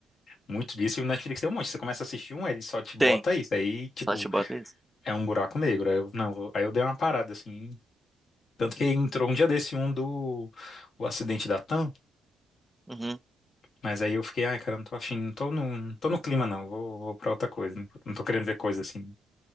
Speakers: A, on the left; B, in the centre.
A: muito disso. E o Netflix tem um monte. Você começa a assistir um, ele só te bota
B: Tem.
A: isso. Aí, tipo.
B: Sátira isso.
A: É um buraco negro. Aí eu, não, vou- aí eu dei uma parada assim. Tanto que entrou um dia desse um do o acidente da TAM,
B: Uhum.
A: mas aí eu fiquei, ai, cara, não tô afim, não tô no, não tô no clima, não, vou, vou pra outra coisa, não não tô querendo ver coisa assim.